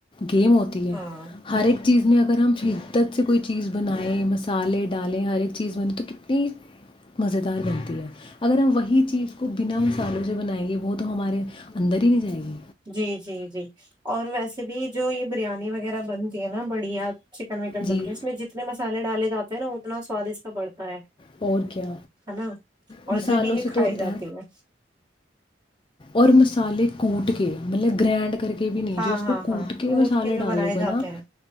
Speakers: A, on the left (about 30°); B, on the right (about 25°).
A: گیم ہوتی ہے
B: ہاں
A: ہر ایک چیز میں اگر اگر ہم شدت سے کوئی چیز بنائیں مسالے ڈالیں ہر ایک چیز بنے تو کتنی مزے دار بنتی ہے اگر ہم وہی چیز کو بنا مسالوں سے بنائیں گے وہ تو ہمارے اندر ہی نہیں جائےیں گی
B: جی جی جی اور ویسے بھی جو یہ بریانی وغیرہ بن تی ہے نا بڑیا چکن وکن
A: جی
B: ڈل کے اس میں جتنے م سالے ڈالےاتے ہیں نا اتنا سوادش کا بڑھتا ہے
A: اور کیا
B: نا اور
A: مسالوں
B: جب بھی یہ
A: سے
B: کھائی
A: تو ہوتا
B: جاتی ہے
A: اور مسالے کوٹ کے مطلب گرینڈ کر کے بھی نہیں
B: ہاں
A: جو اس کو
B: ہاں
A: کوٹ
B: ہاں
A: کے مسالے ڈالو
B: جو بنائے
A: گے
B: جاتے
A: نا
B: ہیں